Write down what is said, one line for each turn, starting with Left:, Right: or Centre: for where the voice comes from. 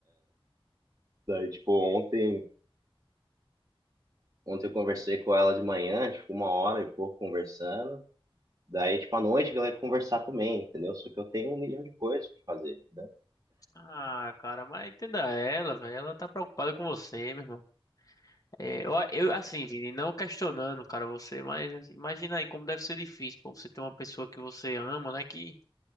Right: Daí, tipo, ontem. Ontem eu conversei com ela de manhã, tipo, uma hora e pouco conversando. Daí, tipo, à noite ela ia conversar também, entendeu? Só que eu tenho um milhão de coisas pra fazer, entendeu?
Left: ah, cara, mas entenda ela, velho. Ela tá preocupada com você, meu irmão. É, eu, eu, assim, Vini, não questionando, cara, você, mas imagina aí como deve ser difícil, pô, você ter uma pessoa que você ama, né, que,